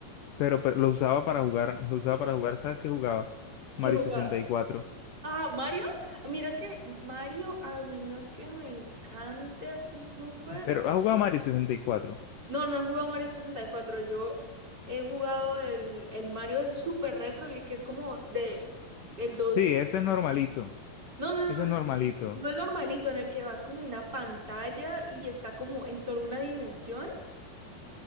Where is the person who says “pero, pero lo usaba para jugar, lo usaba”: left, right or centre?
Left